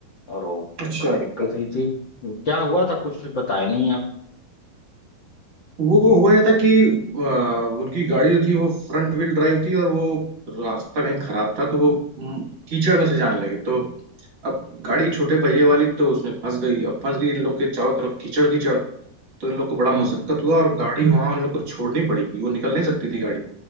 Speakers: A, on the left; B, on the right.
A: और वो
B: अच्छा
A: बड़ा दिक्कत हुई थी वो क्या हुआ था कुछ बताया नहीं आप
B: वो हुआ ये था कि आ, उनकी गाड़ी जो थी वो फ्रंट व्हील ड्राइव थी और वो रास्ता कहीं खराब था तो वो हम्म, कीचड़ में से जाने लगे तो अब गाड़ी छोटे पहिए वाली तो उसमें फंस गई अब फंस गई इन लोग के चारों तरफ कीचड़ कीचड़ तो इन लोग को बड़ा
A: हम्म
B: मशक्कत हुआ और गाड़ी वहां उन लोग को छोड़नी पड़ी क्योंकि वो निकल नहीं सकती थी गाड़ी